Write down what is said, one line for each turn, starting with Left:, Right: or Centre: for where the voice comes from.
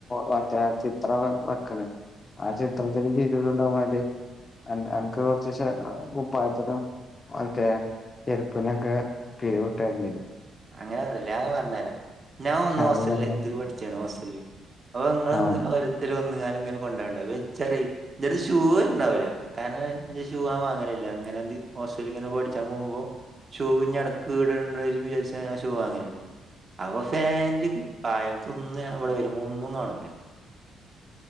Left: മറ്റേ ചിത്രം വെ വെക്കണ് ആ ചിത്രത്തിന് പിരിവിണ്ടാകൻ വേണ്ടി എൻ എനിക്ക് കൊറച്ചേശേ അഹ് കുപ്പായത്തിനും മറ്റേ ചെരുപ്പിനൊക്കെ പിരിവ് കിട്ടാനിണ്ടേ
Right: അങ്ങനെ പറയല്ലേ അത് പറഞ്ഞ് തരാ ഞാൻ വന്ന് ഹോസ്റ്റലില്
Left: അതുകൊണ്ട്
Right: ഇതില് പഠിച്ചാണ് ഹോസ്റ്റലില്. അപ്പൊ നിങ്ങള്
Left: ആ
Right: ഇങ്ങനെ ഓരോര്ത്തര് വന്ന് ലിങ്ങനെ കൊണ്ടണ്ടാവും വെച്ചറയും ഇന്റടുത്ത് ഷൂ ഇണ്ടാവൂല. കാരണം ഇന്റെ ഷൂ ഞാൻ വാങ്ങലില്ല ഇങ്ങനെ <unintelligible> ഓസ്ട്രേലിങ്ങനെ പഠിച്ചാൻ പോകുമ്പോ ഷൂ ഇഞ്ഞെടക്ക് ഇടെണ്ട വരുംന്ന് വിചാരി ച്ചാങ്ങനെ ഷൂ വാങ്ങലില്ല അപ്പ ഫാന്റ് കുപ്പായം ഇതൊന്നും ഞാൻ അവിടെ വരുമ്പോ ഒന്നും കാണൂല്ല.